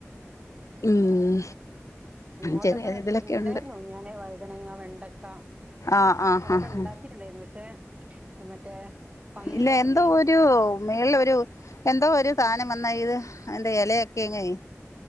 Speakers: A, on the left; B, on the right.
A: ഉം
B: ഇങ്ങോട്ടെക്കെണ്ടേയ്ര്ന്നു
A: ചെറിയ രീതിയിലൊക്കെ ഉണ്ട്
B: ഞാന് വൈതനങ്ങ വെണ്ടക്ക
A: ആഹ് ആഹ്
B: അതൊക്കെ
A: ആഹ്
B: ണ്ടാക്കിട്ട്ണ്ടെയ്രുന്നു പക്ഷെ മറ്റേ പന്നി
A: ഇല്ല
B: കാരണേയ്
A: എന്തോ ഒരു മേൾള്ളൊരു - എന്തോ ഒരു സാനം വന്നാ ഇത് അയ്ന്റെ എലയൊക്കെ അങ്ങെയ്